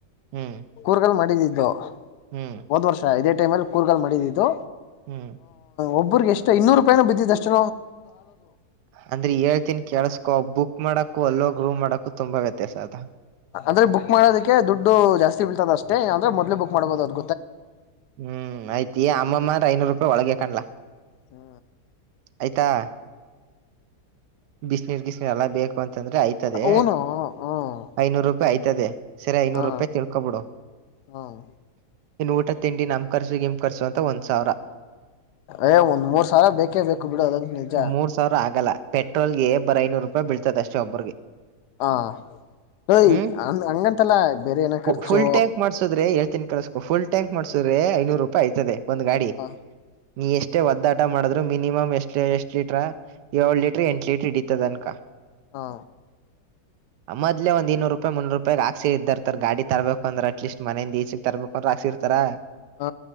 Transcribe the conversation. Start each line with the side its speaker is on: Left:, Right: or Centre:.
Right: ಹ್ಮ್
Left: ಕೂರ್ಗಲ್ಲ ಮಾಡಿದಿ ಇದು
Right: ಹ್ಮ್
Left: ಒದ್ ವರ್ಷ ಇದೇ ಟೈಮ್ಲ್ಲಿ ಕೂರ್ಗಲ್ ಮಾಡಿದಿದ್ದು
Right: ಹ್ಮ್
Left: ಒಬ್ಬ್ರರಿಗೆ ಎಷ್ಟ ಇೂರು ರೂಪಾಯನೂ ಬಿದ್ದಷ್ಟು
Right: ಅಂದ್ರೆ ಹೇಳ್ತನ್ ಕೇಳಸ್ಕೊ ಬುಕ್ ಮಾಡಕು ಅಲ್ಲೋ ರೂಮ್ ಮಾಡಕು ತುಂಬಾ ವ್ಯತ್ಯಾಸ ಅದ
Left: ಅಂದ್ರೆ ಬುಕ್ ಮಾಡೋದಕ್ಕೆ ದುಡ್ಡು ಜಾಸ್ತಿ ಬಿಳ್ತದ ಅಷ್ಟೇ ಅಂದ್ರೆ ಮೊದ್ೇ ಬುಕ್ ಮಾಡ್ಬೋದು ಅದು
Right: ಹ್ಮ್ ಆಯ್ತ ಅಮ್ಮಮ್ಮ್ರ ಐನೂರು ರೂಪಾಯಿ ಒಳಗ ಕಾಣ್ಲಾ
Left: ಹ್ಮ
Right: ಆಯ್ತಾ ಬಿಸಿನೀರ್ ಬಿಸಿನೀರ್ ಎಲ್ಲಾ ಬೇಕು ಅಂತಂದ್ರೆ ಆಯ್ತದೆ
Left: ಊನು ಹ್ಮ್ ಹೂನು ಹ್ಮ್
Right: ಐನೂರು ರೂಪಾಯಿ ಆಯ್ತದೆ ಸರಿ ಐನೂರು
Left: ಹಾ
Right: ರೂಪಾಯಿ ತಿಳ್ಕೊಬಿಡು
Left: ಹ್ಮ್
Right: ಇನ್ ಊಟ ತಿಂಡಿ ನಮ ಕರ್ಸ ನಿಮ್ ಕರ್ಸು ಅಂತ ಒಂದ್ ಸಾವಿರ
Left: ಯೇ ಒಂದ್ ಮೂರ್ ಸಾವಿರ ಬೇಕೇ ಬೇಕು ಬಿಡೋದಂತ ನಿಜ
Right: ಮೂರ್ ಸಾವಿರ ಆಗಲ್ಲ ಪೆಟ್ರೋಲ್ಗೆ ಬರ ಐನೂರು ರೂಪಾಯಿ ಬೀತ ಅಷ್ಟ ಒಬ್ಬ್ರಿಗೆ
Left: ಹಾ ನಯ್
Right: ಹ್ಮ್
Left: ಹಂಗಂತಲ್ಲ ಬೇರೆ ಏನ ಖರ್ಚು
Right: ಫುಲ್ ಟ್ಯಾಂಕ್ ಮಾಡ್ಸುದ್ರೆ ಹೇಳ್ತನ್ ಕಳಸ್ಕೊ ಫುಲ್ ಟ್ಯಾಂಕ್ ಮಾಡ್ಸುದ್ರೆ ಐನೂರು ರೂಪಾಯಿ ಆಯ್ತದೆ ಒಂದ ಗಾಡಿ
Left: ಹ
Right: ನೀ ಎಷ್ಟೇ ಒದ್ದಾಡ್ ಟ ಮಾಡ್ರು ಮಿನಿಮ್ ಎಷ್ಟ ಎಷ್ಟ ಲೀಟ್ರ ಏಳಳ್ ಲೀಟ್ರ ಎಂಟು ಲೀಟರ್ ಹಿಡಿತತದ ಅನ್ಕೋ
Left: ಹಾ
Right: ಮದ್ಲೆ ಒಂದ ಇನ್ನೂರು ರೂಪಾಯಿ ಮುೂರುೂಪಾಯಿ ಹಾಸಕ್ ಇದರ್ ಗಾಡಿ ತರ್ಬೇಕಂದ್ರೆ ಅಟ್ಲೀಸ್ ಮನೆಯಿಂದ ಈ ಚುಕ್ಕೆ ತರ್ಬೇಕ ಅ್ರ ಹಾಕ್ಸಿರ್ತಾರಾ
Left: ಹ